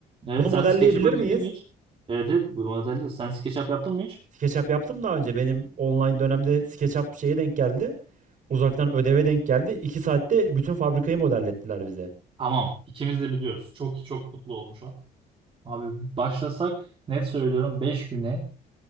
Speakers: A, on the right; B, on the right.
A: Evet
B: Bunu modelleyebilir
A: sen SketchUp'a girdin
B: miyiz?
A: mi hiç? Evet evet bu modelde sen SketchUp yaptın mı hiç?
B: SketchUp yaptım daha önce. Benim online dönemde SketchUp şeye denk geldi. Uzaktan ödeve denk geldi. 2 saatte bütün fabrikayı modellettiler bize.
A: Tamam. İkimiz de biliyoruz. Çok çok mutlu olmuş Abi başlasak net söylüyorum 5 güne